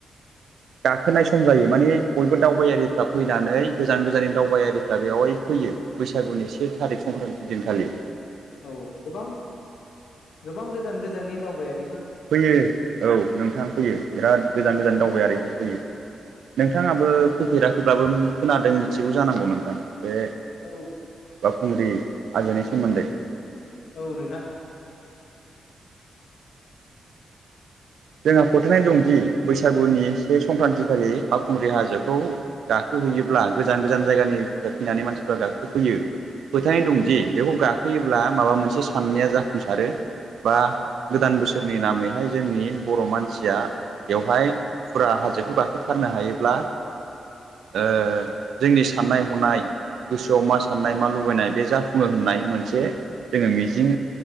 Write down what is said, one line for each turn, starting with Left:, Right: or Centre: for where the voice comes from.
Right: गाखोनाय सम जायो माने बयबो दावबायारिफ्रा फैनानै गोजान गोजाननि दावबायारिफ्रा बेवहाय फैयो बैसागुनि से थारिख संक्रान्ति दिन खालि
Left: औ गोबां गोबां गोजान गोजाननि दावबायारि
Right: फैयो औ नोंथां फैयो बिराद गोजान गोजान दावबायारिफोर फैयो नोंथाङाबो फैफेराखैब्लाबो खोनादों मिथिगौ जानांगौ नोंथां बे
Left: औ
Right: बावखुंग्रि आजोनि सोमोन्दै
Left: औ नोंथां
Right: जोंहा फोथायनाय दंदि बैसागुनि से संक्रान्तिखालि फावखुंग्रि हाजोखौ गाखोहैयोब्ला गोजान गोजान जायगानिफ्राय फैनानै मानसिफ्रा गाखोफैयो फोथायनाय दंदि बेखौ गाखोयोब्ला माबा मोनसे साननाया जाफुंसारो बा गोदान बोसोरनि नामैहाय जोंनि बर' मानसिया बेवहाय फुरा हाजोखौ गाखोथारनो हायोब्ला ओ जोंनि साननाय हनाय गोसोआव मा साननाय मा लुबैनाय बे जाफुङो होननाय मोनसे जोङो मिजिं